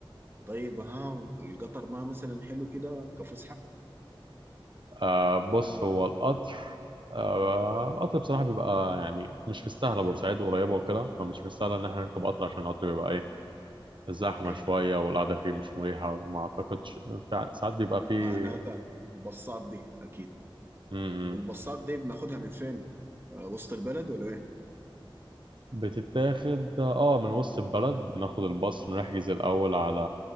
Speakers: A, on the right; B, on the right.
A: طيب ها القطر ما مثلا حلو كده كفسحة
B: آه بص هو القطر آه، القطر بصراحة بيبقى يعني مش مستاهلة بورسعيد قريبة وكده فمش مستاهلة إن احنا نركب قطر عشان القطر بيبقى إيه زحمة
A: اوكي
B: شوية والقعدة فيه مش مريحة وما أعتقدش فع- ساعات بيبقى فيه
A: معناتها البصات دي اكيد
B: م- م.
A: والبصات دي بناخدها من فين آه، وسط البلد ولا ايه
B: بتتاخد آه من وسط البلد بناخد الباص نحجز الأول على